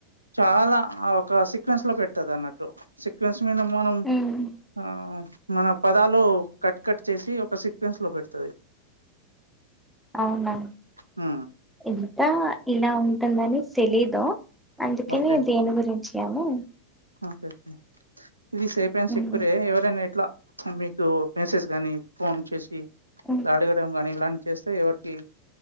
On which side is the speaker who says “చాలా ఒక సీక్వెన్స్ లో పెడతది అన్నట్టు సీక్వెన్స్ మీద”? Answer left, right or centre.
Right